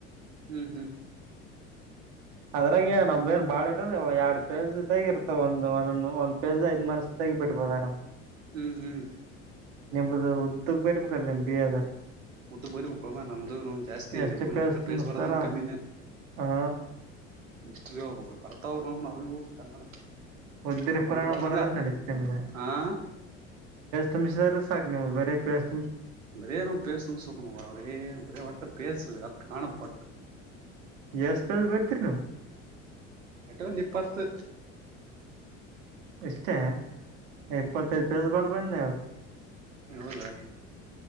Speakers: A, on the right (about 80°); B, on the right (about 65°).
A: ಹ್ಮ್ ಹ್ಮ್
B: ಅದ್ರಾಗ ನಮ್ಏನ್ ಬಾಳ ಇರಲ್ ಎರಡ್ ಪೇಜ್ದಗ ಇರ್ತ ಒಂದ್ ಒಂದೊ ಒಂದ್ ಪೇಜ್ ಐದ್ ಮಾರಸ್ದಗ ಬಿಡ್ಬೋದರಾಮ್
A: ಹ್ಮ್ ಹ್ಮ್
B: ನಿಂಬುದು ಉದ್ದಕ್ ಬೇರ್ಬೇಕಲ್ಲ ನಿಮ್ ಬಿ ಅದ್ರ
A: ಉದ್ದು ಬರ್ಬೇಕು ನಮ್ದು ಜಾಸ್ತಿ
B: ಎಷ್ಟು ಪೇಜ್
A: ಎರ
B: ತುಂಬಿಸ್ತಾರ
A: ಪೇಸ್ ಬರೋದ
B: ಅಷ್ಟ
A: ಕಮ್ಮಿನ
B: ಹಾ
A: ಇಷ್ಟ್ಟ್ರಿ ಹೋಗುವ ಬರ್ತಾವ್ ನಾವು ನಾವವು ಕನ್ನಡ
B: ಉದ್ದರಿ
A: ಪ್ರಬಂಧ
B: ಪುರಾಣ
A: ಬರ್ದಂಗ
B: ಬರದ್ರ
A: ಆತ್
B: ನಡೀತೆ
A: ನಮ್ದು
B: ಮೇಲೆ
A: ಹಾ
B: ತಮಷ ದ ರ ಸಾಗಿ ನಮ ಬ ರಸ್
A: ಬರಾರಾಮ್ಸು ಸಕ ಅವರೇ ಬರ ವಟ್ಟ ಬಸುದು ಅ ಕಾಣಪ ಕೊ
B: ಎಸ್ಪಲ್ ಬರ್ತರಿ ನಾವ
A: ಆಟ್ಟ ಒಂದು ನಿಪ್ಪತ್ತು
B: ಎಷ್ಟೇ ಇಪ್ಪತ್ತ ಬಸ ಬರ್ಬ ಹೊತ್ತು
A: ಹೌದಾ